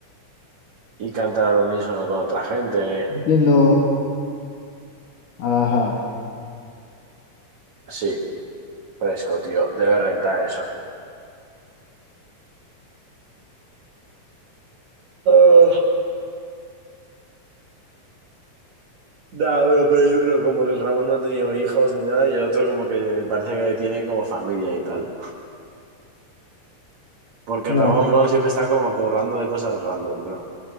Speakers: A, on the right; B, on the left.
A: y cantar al unísono con otra gente.
B: Entiendo. Ajá.
A: Sí, fresco, tío. Debe rentar eso. Oh, nah, bro, pero yo creo como que el Ramón no ha tenido hijos ni nada y el otro como que parece que tiene como familia y tal. Porque
B: Ya,
A: el Ramón, bro, siempre está como currando de cosas random, bro.